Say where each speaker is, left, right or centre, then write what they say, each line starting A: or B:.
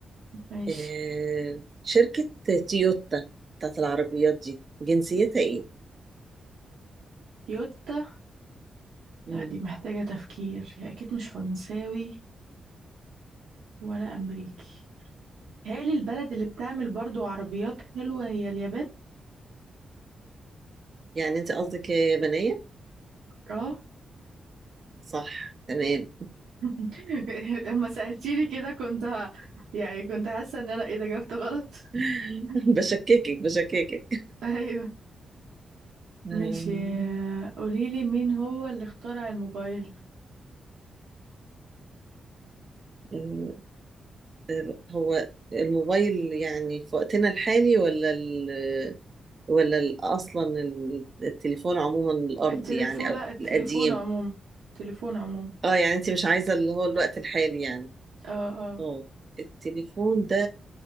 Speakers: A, on the right; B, on the right.
A: ماشي
B: آه شركة تويوتا بتاعت العربيات دي جنسيتها ايه؟
A: يوتا لا
B: مم.
A: دي محتاجه تفكير هي اكيد مش فرنساوي ولا امريكي تهيألي البلد اللي بتعمل برضو عربيات حلوة هي اليابان
B: يعني انت قصدك يابانية؟
A: اه
B: صح تمام
A: <laughs> اما سألتيني كده كنت ه... يعني كنت حاسة ان انا ايه ده جاوبت غلط
B: <laughs>
A: <laughs>
B: بشككك بشككك
A: ايوه
B: آم،
A: ماشي قوليلي مين هو اللي اخترع الموبايل
B: آه، آه، هو الموبايل يعني في وقتنا الحالي ولا ال ولا ال- اصلا التليفون عموما الارضي
A: التليفون
B: يعني او
A: لا التليفون
B: القديم
A: عموما التليفون عموما
B: اه يعني انت مش عايزة اللي هو الوقت الحالي يعني
A: اه اه
B: اه التليفون ده